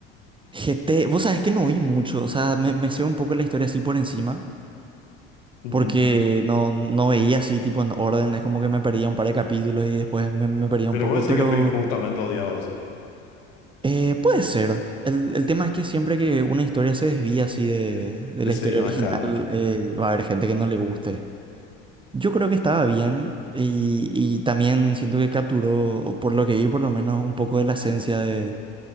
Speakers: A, on the right; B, on the left.
A: GT, vos sabés que no vi mucho, o sea, me, me sé un poco la historia así por encima,
B: Ujú.
A: porque no, no veía así tipo en orden, es como que me perdía un par de capítulos y después me, me perdía
B: Pero
A: un poco,
B: vos sí
A: pero
B: que fue injustamente odiado eso.
A: eh, puede ser. El, el tema es que siempre que una historia se desvía así de,
B: Sí,
A: de
B: Ese
A: la historia
B: no
A: original,
B: es canon.
A: eh, va a haber gente que no le guste. Yo creo que estaba bien y, y también siento que capturó, o por lo que vi por lo menos, un poco de la esencia de,